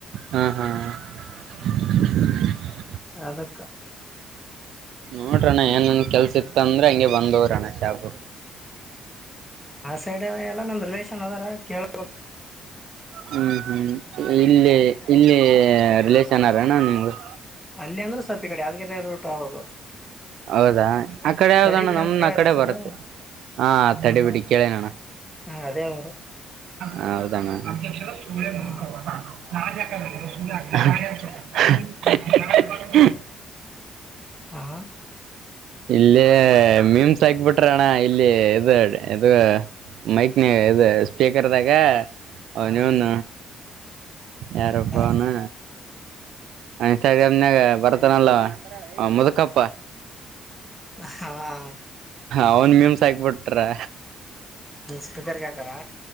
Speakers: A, on the right; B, in the centre.
A: ಹಾ ಹಾ <unintelligible>
B: ಅದಕ್ಕ-
A: ನೋಡ್ರಣ್ಣ ಏನನ್ ಕೆಲ್ಸ ಇತ್ತ ಅಂದ್ರೆ ಹಂಗಗೆ ಬಂದವ್ರಣ್ಣ ಶಾಬೂರ್
B: ಆ ಸೈಡ್ ಎಲ್ಲಾ ನಂದ್ ರಿಲೇಷನ್ ಅದಾರೇ ಕೆಳ್
A: ಹ್ಮ್ ಹ್ಮ್ ಇಲ್ಲೇ ಇಲ್ಲಿ ರಿಲಷನ್ರಣ್ಣ ಅವರೇನು ನಿಮಗೆ.
B: ಅಲ್ಲಿ ಅಂದ್ರೆ ಸ್ವಲ್ಪ ಕಡೆ ಯಾದಗಿರಿ ರೌಟ್ ಹೌದು.
A: ಹೌದಾ ಆ ಕಡೆ ಯಾವ್ದಣ್ಣ
B: ತಡಿ ಬಿಡಿ
A: ನಮ
B: ಅಂತ ಕೇಳ್ಯಾರ
A: ಆ ಕಡೆ
B: ಹೆಸರು
A: ಬರುತ್ತೆ ಹಾ ತಡೆ ಬಿಡಿ ಕೇಳಿನಣ್ಣ
B: ಹ ಅದೇ ಅವರು
A: ಹೌದ ಅಣ್ಣ. <unintelligible>
B: ಹಾ ಹಾ
A: ಇಲ್ಲ ಮೀಮ್ಸ್ ಹಾಕ್ ಬಿಟ್ರ ಅಣ್ಣ ಇಲ್ಲಿ ಇದು ಇದು ಮೈಕ್ ಇದು ಸ್ಪೀಕರ್ದಾಗ ಅವನಿವನ್
B: ಹ ಹಾ
A: ಯಾರಪ್ಪವನ್.
B: ಯಾರು
A: ಇನ್ಸ್ಟಾಗ್ರಾಮ್ ನಾಗ ಬರ್ತಾನಲ್ಲ ಹ ಮುದಕಪ್ಪ.
B: ಹಾ-
A: ಅವನ್ ಮೀಮಸ ಆಗ್ಬಿಟ್ರಿ.
B: ಹ್ಮ ಸ್ಪೀಕರ್ ಆಕುರಾ.